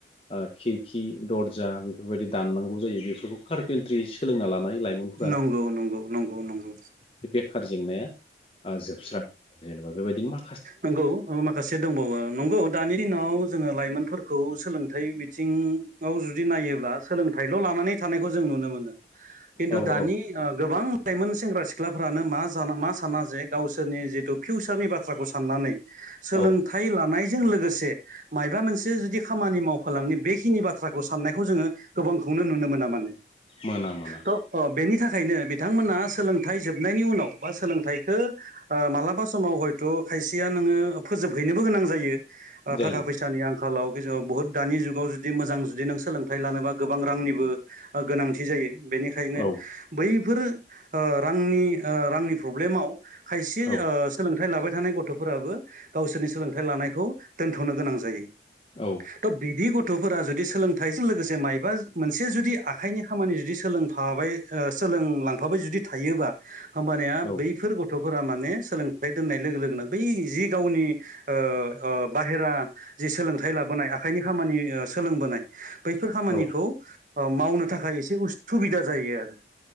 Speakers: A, on the left; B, on the right.
A: ओ खिरखि दरजा बे बेफोरबायदि दाननांगौ जायो बेफोरखौ कारपेन्ट्रि सोलोंना लानाय लाइमोनफोरा
B: नंगौ नंगौ नंगौ नंगौ
A: बे बेखार जेंनाया ओ जोबस्रां जेनेबा बे बायदिनो मा
B: नंगौ ओ माखासे दंबावो नंगौ दानि दिनाव जोङो लाइमोनफोर खौ सोलोंथाइ बिथिङाव जुदि नायोब्ला सोलोंथाइल' लानानै थानायखौ जों नुनो मोनो खिन्थु
A: औ
B: दानि
A: औ
B: ओ गोबां लाइमोन सेंग्रा सिख्लाफोरानो मा जाना मा साना जे गावसोरनि जिथु फिउसारनि बाथ्राखौ सान साननानै सोलोंथाइ
A: औ
B: लानाय जों लोगोसे मायबा मोनसे जुदि खामानि मावफालांनि बेखिनि बाथ्राखौ साननायखौ जोङो गोबांखौनो नुनो मोना माने।
A: मोना मोना
B: त ओ बेनि था थाखायनो बिथांमोना सोलोंथाइ जोबनायनि उनाव बा सोलोंथाइखौ ओ मालाबा समाव हयथ' खायसेया नोङो फोजोबहैनोबो गोनां जायो। ओ
A: जायो
B: थाखा फैसानि आंखालाव। जों बुहुत दानि जुगाव जुदि मोजां जुदि नों सोलोंथाइ लानोबा गोबां रांनिबो गोनांथि जायो। बेनिखायनो
A: औ
B: बै बेफोरो ओ रांनि ओ रांनि प्रब्लेमाव खायसे
A: औ
B: ओ सोलोंथाइ लाबाय थानाय गथ' गथ'फोराबो गावसोरनि सोलोंथाइ लानायखौ दोनथ'नो गोनां जायो।
A: औ
B: त बिदि गथ' गथ'फोरा जुदि सोलोंथाइजों लोगोसे मायबा मोनसे जुदि आखाइनि खामानि जुदि सोलोंफाबाय ओ सोलोंलांफाबाय जुदि थायोबा होमबाना
A: औ
B: बैफोर गथ' फोरा माने सोलोंथाइ दोननाय लोगो लोगोनो बै जि गावनि ओ ओ बाहेरा जि सोलोंथाइ लाबोनाय आखाइनि खामानि सोलोंबोनाय बैफोर खामानिखौ
A: औ
B: मावनो थाखाय एसे उ सुबिदा जायो आरो।